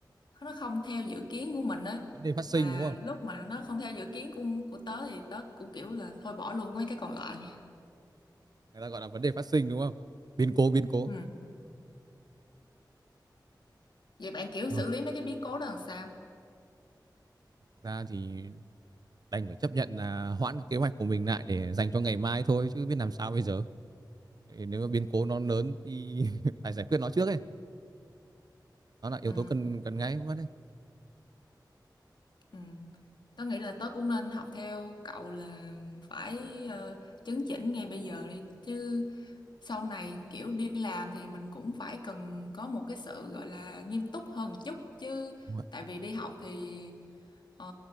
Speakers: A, on the left; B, on the right.
A: nó không theo dự kiến của mình á
B: vấn đề phát sinh
A: mà
B: đúng không
A: lúc mà nó không theo dự kiến của của tớ thì tớ cũng kiểu là thôi bỏ luôn mấy cái còn lại
B: người ta gọi là vấn đề phát sinh đúng không biến cố biến cố
A: ừ. vậy bạn kiểu
B: Ờ,
A: xử lý mấy cái biến cố đó làm sao
B: ra thì đành phải chấp nhận là hoãn cái kế hoạch của mình lại để dành cho ngày mai thôi chứ biết làm sao bây giờ Thì nếu mà biến cố nó lớn thì <laughs> phải giải quyết nó trước ấy nó là yếu
A: ừ.
B: tố cần cần ngay mất đấy
A: Ừ. tớ nghĩ là tớ cũng nên học theo cậu là phải ờ, chấn chỉnh ngay bây giờ đi chứ sau này kiểu đi làm thì mình cũng phải cần có một cái sự gọi là nghiêm túc hơn một chút chứ
B: đúng rồi,
A: tại vì đi học thì ờ,